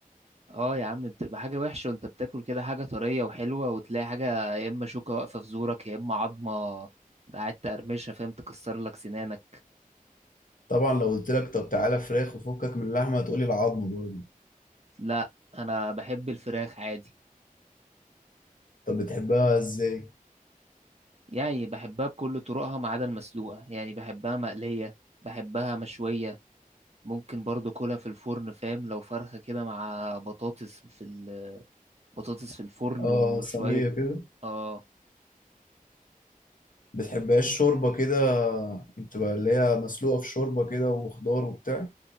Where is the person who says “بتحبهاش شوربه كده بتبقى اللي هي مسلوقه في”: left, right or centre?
Left